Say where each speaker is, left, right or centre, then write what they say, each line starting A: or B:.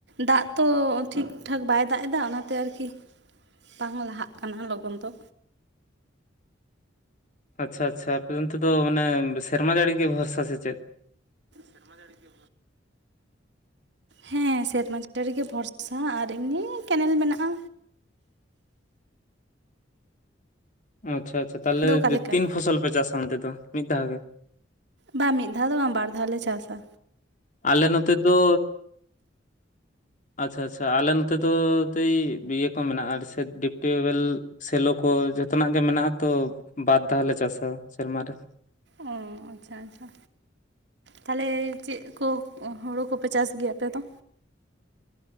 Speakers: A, on the right; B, on the left.
A: ᱫᱟᱜ ᱛᱚ ᱴᱷᱤᱠ ᱴᱷᱟᱠ ᱵᱟᱭ ᱫᱟᱜ ᱮᱫᱟ ᱚᱱᱟᱛᱮ ᱟᱨᱠᱤ ᱵᱟᱝ ᱞᱟᱦᱟᱜ ᱠᱟᱱᱟ ᱞᱚᱜᱚᱱ ᱫᱚ
B: ᱟᱪᱪᱷᱟ ᱟᱪᱪᱷᱟ ᱟᱯᱮ ᱚᱱᱛᱮ ᱫᱚ ᱢᱟᱱᱮ ᱥᱮᱨᱢᱟ ᱡᱟᱹᱲᱤ ᱜᱮ ᱵᱷᱚᱨᱥᱟ ᱥᱮ ᱪᱮᱫ?
A: ᱥᱮᱨᱢᱟ ᱡᱟᱹᱲᱤ ᱜᱮ ᱦᱮᱸ ᱥᱮᱨᱢᱟ ᱡᱟᱹᱨᱤᱜᱮ ᱵᱷᱚᱨᱥᱟ ᱟᱨ ᱮᱢᱱᱤ ᱠᱮᱱᱮᱞ ᱢᱮᱱᱟᱜᱼᱟ᱾
B: ᱟᱪᱪᱷᱟ ᱟᱪᱪᱷᱟ ᱛᱟᱦᱞᱮ
A: ᱟᱫᱚ ᱚᱠᱟᱞᱮᱠᱟ
B: ᱛᱤᱱ ᱯᱷᱚᱥᱚᱞ ᱯᱮ ᱪᱟᱥᱟ ᱚᱱᱛᱮ ᱫᱚ ᱢᱤᱫ ᱫᱷᱟᱣ ᱜᱮ
A: ᱵᱟ ᱢᱤᱫ ᱫᱷᱟᱣ ᱫᱚ ᱵᱟᱝ ᱫᱷᱟᱣ ᱞᱮ ᱪᱟᱥᱟ
B: ᱟᱞᱮ ᱱᱚᱛᱮ ᱫᱚ ᱟᱪᱪᱷᱟ ᱟᱪᱪᱷᱟ ᱟᱞᱮ ᱱᱚᱛᱮ ᱫᱚ ᱛᱟᱹᱭ ᱤᱭᱟᱹ ᱠᱚ ᱢᱮᱱᱟᱜᱼᱟ ᱥᱮᱴᱤᱯ ᱴᱤᱭᱩᱵᱚᱭᱮᱞ ᱥᱮᱞᱳ ᱠᱚ ᱡᱷᱚᱛᱚᱱᱟᱜ ᱜᱮ ᱢᱮᱱᱟᱜᱼᱟ ᱛᱚ ᱵᱟᱨ ᱫᱷᱟᱣ ᱞᱮ ᱪᱟᱥᱟ ᱥᱮᱨᱢᱟ ᱨᱮ
A: ᱚᱸ ᱟᱪᱪᱷᱟ ᱟᱪᱪᱷᱟ ᱛᱟᱦᱞᱮ ᱪᱮᱫ ᱠᱚ ᱦᱩᱲᱩ ᱠᱚᱯᱮ ᱪᱟᱹᱥ ᱜᱮᱭᱟ ᱟᱯᱮ ᱫᱚ